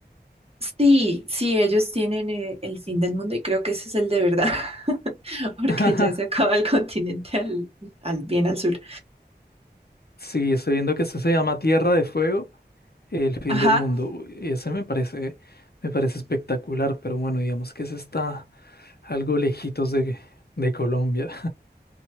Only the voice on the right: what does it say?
Sí, sí, ellos tienen eh, el fin del mundo y creo que ese es el de verdad, <laughs> porque
ya se acaba el continente al, al- bien al sur.
Ajá,